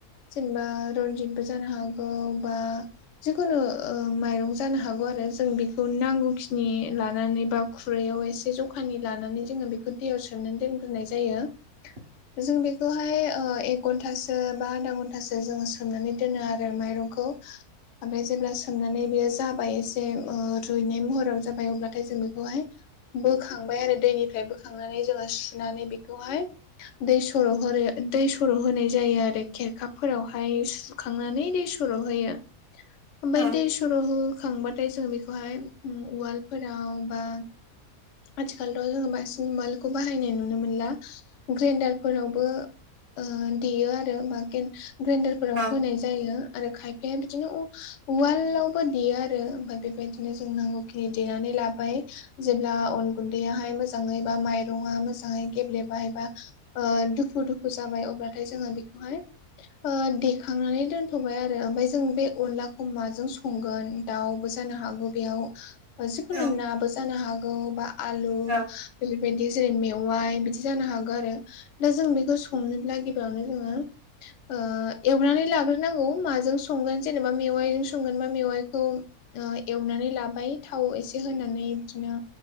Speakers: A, on the left (about 65°); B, on the right (about 40°).
A: जेनेबा रनजितबो जानो हागौ बा जिखुनु ओ माइरं जानो हागौ आरो जों बेखौ नांगौखिनि लानानै बा गुरैयाव एसे जखानि लानानै जोङो दैयाव सोमनानै दोनग्रोनाय जायो।
B: <inaudible>
A: जों बेखौहाय ओ एक घन्टासो बा आधा घन्टासो जोङो सोमनानै दोनो आरो माइरंखौ ओमफाय जेब्ला सोमनानै बेयो जाबाय एसे ओ रुइनाय महराव जाबाय अब्लाथाय जों बेखौहाय बोखांबाय आरो दैनिफ्राय बोखांनानै जोङो सुनानै बेखौहाय दै सरहरयो दै सर' होनाय जायो आरो खेरखाफोरावहाय सुखांनानै दै सर' होयो। ओमफाय
B: औ
A: दै सर होखांबाथाय जों बे खौहाय उम उवाल फोरावबा आथिखालावथ' जोङो बांसिन उवालखौ बाहायनाय नुनो मोनला। ग्रेडार फोरावबो ओ देयो आरो मा ग्रेडारफोराव
B: औ
A: होनाय जायो आरो खायफाया बिदिनो उवालावबो देयो आरो ओमफाय बेबायदिनो जों नांगौखिनि देनानै लाबाय जेब्ला अन गुन्दैयाहाय मोजाङै बा माइरं आ मोजाङै गेब्लेबाय बा ओ दुफु दुफु जाबाय अब्लाथाय जोङो बेखौहाय ओ देखांनानै दोनथ'बाय आरो ओमफाय जों बे अनलाखौ माजों संगोन दाउबो जानो हागौ बेयाव जिखुनु
B: औ
A: नाबो जानो हागौ बा आलु
B: औ
A: बेलेबायदि जायो मेवाइ बिदि जानो हागौ आरो दा जों बेखौ संनोब्ला गिबावनो जोङो ओ एवनानै लाग्रोनांगौ माजों संगोन जेनेबा मेवाइजों संगोन बा मेवाइखौ ओ एवनानै लाबाय थाव एसे होनानै बिदिनो